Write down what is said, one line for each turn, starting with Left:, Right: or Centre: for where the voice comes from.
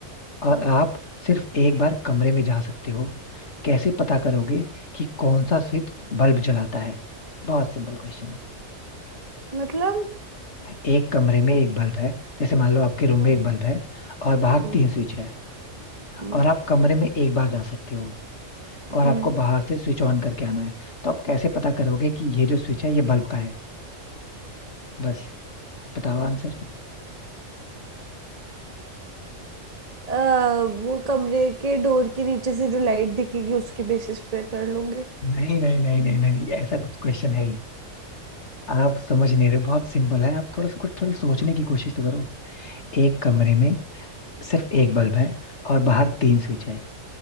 Left: और
Right: हम्म,
Left: आप सिर्फ एक बार कमरे में जा सकते हो कैसे पता करोगे कि कौन सा स्विच बल्ब जलाता है बहुत सिंपल क्वेश्चन है
Right: मतलब
Left: एक कमरे में एक बल्ब है जैसे मान लो आपके रूम
Right: हम्म
Left: में एक बल्ब है और बाहर
Right: हम्म
Left: तीन स्विच है
Right: हम्म,
Left: और आप कमरे में एक बार जा सकते हो और
Right: हम्म।
Left: आपको बाहर से स्विच ऑन करके आना है तो आप कैसे पता करोगे कि ये जो स्विच है ये बल्ब का है बस बताओ आंसर
Right: अ, वो कमरे के डोर के नीचे से जो लाइट दिखेगी उसके बेसिस पे कर लूंगे
Left: नहीं नहीं नहीं नहीं नहीं नहीं, ऐसा कुछ क्वेश्चन है आप समझ नहीं रहे बहुत सिंपल है आप थोड़ा सा कुछ थोड़ा सोचने की कोशिश तो करो एक कमरे में सिर्फ एक बल्ब है और बाहर तीन स्विच है